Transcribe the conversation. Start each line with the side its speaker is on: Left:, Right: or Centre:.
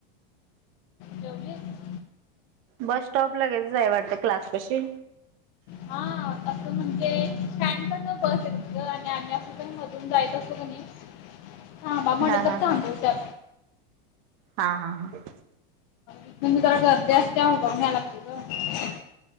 Left: जेवलीस
Right: बस स्टॉप लगेच जाय वाटतं क्लास पाशी
Left: हा असं म्हणजे स्टँड कडन बस येत तुं आणि आम्ही असं पण मधून जायच असतो कणी थांबा म्हटले
Right: हा हा
Left: तर थांबवता.
Right: हा हा हा हा.
Left: इथूनी जरा गर्दी असते उभं राहून यायला लागते ग.